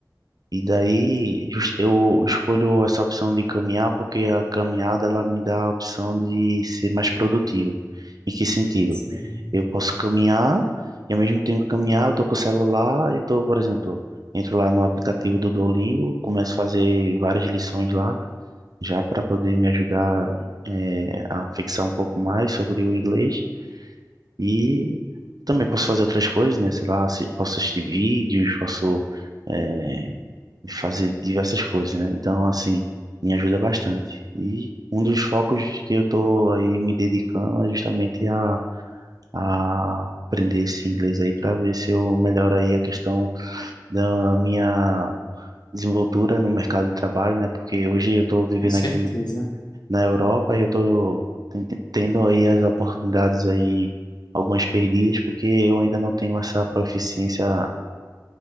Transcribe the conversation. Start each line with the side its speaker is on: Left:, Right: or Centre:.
Right: E daí jus- eu escolho essa opção de caminhar porque a caminhada ela me dá a opção de ser mais produtivo. Em que sentido?
Left: Sim.
Right: Eu posso caminhar e ao mesmo tempo caminhar, eu tô com o celular e tô, por exemplo, entro lá no aplicativo do Duolingo, começo a fazer várias lições lá, já para poder me ajudar eh, a fixar um pouco mais sobre o inglês. E também posso fazer outras coisas, né? Sei lá, assi- posso assistir vídeos, posso é, de fazer diversas coisas, né? Então, assim, me ajuda bastante. E um dos focos que eu tô aí me dedicando é justamente a, a aprender esse inglês aí para ver se eu melhoro aí a questão da minha desenvoltura no mercado de trabalho, né? Porque hoje eu tô vivendo
Left: com certeza.
Right: aqui na Europa e eu tô ten- tendo aí as oportunidades aí, algumas perdidas, porque eu ainda não tenho essa proficiência